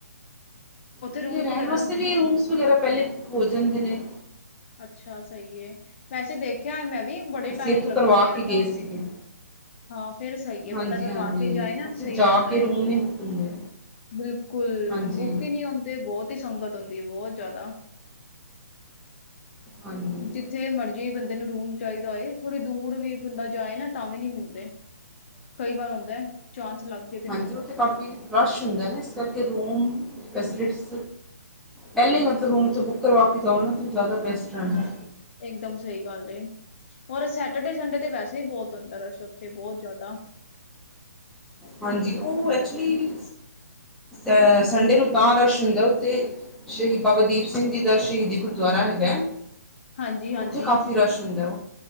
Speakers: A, in the centre; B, on the left (about 40°).
A: ਉੱਥੇ
B: ਰੂਮ
A: ਰਹਿਣ
B: ਵਗੈਰਾ,
A: ਵਾਸਤੇ ਵੀ ਰੂਮਸ ਵਗੈਰਾ ਪਹਿਲੇ ਬੁੱਕ ਹੋ ਜਾਂਦੇ ਨੇ।
B: ਅੱਛਾ ਸਹੀ ਐ ਵੈਸੇ ਦੇਖਿਆ ਮੈਂ ਵੀ ਬੜੇ
A: ਅਸੀਂ
B: ਟਾਈਮ
A: ਇੱਥੋਂ
B: ਲੱਗਦਾ
A: ਕਰਵਾ
B: ਏ
A: ਕੇ
B: ਏਦਾਂ।
A: ਗਏ ਸੀਗੇ
B: ਹਾਂ ਫੇਰ ਸਹੀ ਐ
A: ਹਾਂਜੀ-ਹਾਂਜੀ
B: ਬੰਦਾ ਕਰਵਾ ਕੇ ਜਾਏ ਨਾ
A: ਉੱਥੇ
B: ਸਹੀ
A: ਜਾ
B: ਰਹਿੰਦਾ
A: ਕੇ
B: ਏ।
A: ਰੂਮ ਨਹੀਂ ਬੁੱਕ ਹੁੰਦੇ
B: ਬਿਲਕੁਲ
A: ਹਾਂਜੀ।
B: ਬੁੱਕ ਹੀ ਨੀ ਹੁੰਂਦੇ ਬਹੁਤ ਹੀ ਸੰਗਤ ਹੁੰਦੀ ਐ ਬਹੁਤ ਜ਼ਿਆਦਾ।
A: ਹਾਂਜੀ,
B: ਜਿੱ ਜਿੱਥੇ ਮਰਜ਼ੀ ਬੰਦੇ ਨੂੰ ਰੂਮ ਚਾਹੀਦਾ ਹੋਏ ਥੋੜ੍ਹੀ ਦੂਰ ਵੀ ਬੰਦਾ ਜਾਏ ਨਾ ਤਾਂ ਵੀ ਨੀ ਮਿਲਦੇ। ਕਈ ਵਾਰ ਹੁੰਦਾ ਚਾਂਸ ਲੱਗਦਾ
A: ਹਾਂਜੀ, ਉੱਥੇ ਕਾਫੀ ਰਸ਼ ਹੁੰਦਾ ਨਾ ਇਸ ਕਰਕੇ ਰੂਮ ਫੈਸਿਲਿਟੀਜ਼ ਪਹਿਲਾਂ ਹੀ ਮਤਲਬ ਰੂਮ ਤੋਂ ਬੁੱਕ ਕਰਵਾ ਕੇ ਜਾਓ ਨਾ ਤਾਂ ਜ਼ਿਆਦਾ ਬੈਸਟ ਰਹਿੰਦਾ।
B: ਇਕਦਮ ਸਹੀ ਗੱਲ ਏ। ਹੋਰ ਸੈਟਰਡੇ ਸੰਡੇ ਤੇ ਵੈਸੇ ਹੀ ਬਹੁਤ ਹੁੰਦਾ ਰਸ਼ ਉੱਥੇ ਬਹੁਤ ਜ਼ਿਆਦਾ।
A: ਹਾਂਜੀ ਉਹ ਐਕਚੁਲੀ ਅ ਸੰਡੇ ਨੂੰ ਤਾਂ ਰਸ਼ ਹੁੰਦਾ ਉਥੇ ਸ਼ਹੀਦ ਬਾਬਾ ਦੀਪ ਸਿੰਘ ਜੀ ਦਾ ਸ਼ਹੀਦੀ ਗੁਰਦੁਆਰਾ ਹੈਗਾ ਐ।
B: ਹਾਂਜੀ, ਹਾਂਜੀ।
A: ਉੱਥੇ ਕਾਫੀ ਰਸ਼ ਹੁੰਦਾ ਉਹ।